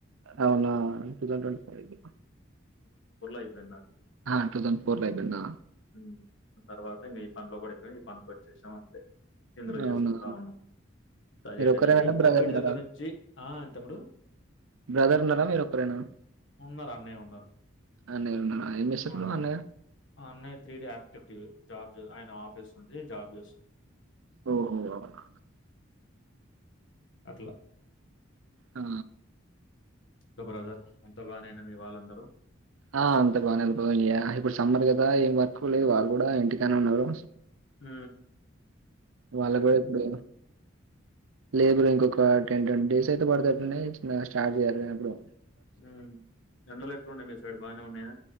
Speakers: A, on the right (about 80°); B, on the left (about 65°).
A: అవును టు తోసెండ్ ట్వంటీ ఫైవ్ ఏది
B: అయిపోయింది నాది.
A: ఆ టూ తోసెండ్ ఫోర్ లో అయిపోయిందా.
B: హ్మ్. తర్వాత అండి పనులో పడితే పనికి వచ్చేసాం అంతే ఇందులో చేసుకుంటా
A: అవునా?
B: ఉన్నాం కళ్యాణ్
A: మీరొక్కరేనా
B: ఏంటంటే
A: బ్రదర్
B: కోవిడ్
A: ఉన్నారా?
B: దగ్గర నుంచి ఆ ఎంతముడు
A: బ్రదర్ ఉన్నారా మీరొక్కరేనా?
B: ఉన్నారు అన్న ఏమన్నాడు
A: అన్నయ్యలున్నారా? ఏం చేస్తారు
B: ఆన్నారు
A: ఇప్పుడు అన్నయ్య?
B: అన్నయ్య త్రీ డే యాక్టివిటీ. జాబ్ ఆయన ఆఫీస్ ఉంది జాబ్ చేస్తారు
A: ఓహో అవునా
B: అట్లా
A: ఆ
B: ఇంక బ్రదర్ అంత బాగానేైనా మీ వాళ్ళందరూ
A: ఆ అంత బాగానేంది బ్రో ఇప్పుడు సమ్మర్ కదా ఏం వర్క్ కూడా లేదు వాళ్ళ కూడా ఇంటికానే ఉన్నారు.
B: ఉ
A: వాళ్ళ కూడా ఇప్పుడు లేబర్ ఇంకొక టెన్ ట్వంటీ డేస్ అయితే పడుతటునై. స్టార్ట్ చేయలీ కదా బ్రో
B: ఉ ఎండలు ఎట్లుఉన్నా మీ సైడ్ బాగానే ఉన్నాయా